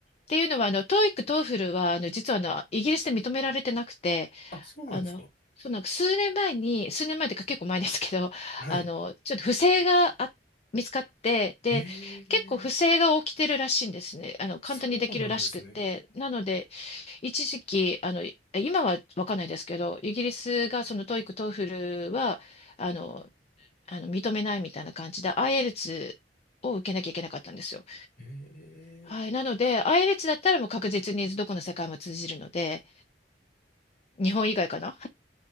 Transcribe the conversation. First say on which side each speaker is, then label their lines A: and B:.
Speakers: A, on the left; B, on the left.
A: ていうのは、あの、TOEIC、TOEFL は、あの、実は、あの、イギリスで認められてなくて、
B: あ、そうなんですか。
A: あの、その数年前に、数年前というか結構前ですけど、<laughs>
B: はい。
A: あの、ちょっと不正があ見つかって、で、
B: ええ、
A: 結構不正が起きてるらしいんですね。あの、簡単にできるらしくて。
B: そうなんですね。
A: なので、一時期、あの、今はわかんないですけど、イギリスがその TOEIC、TOEFL は、あの、あの認めないみたいな感じで、IELTS を受けなきゃいけなかったんですよ。
B: え
A: はい。なので、i イ l t だったらもう確実にどこの世界も通じるので、日本以外かな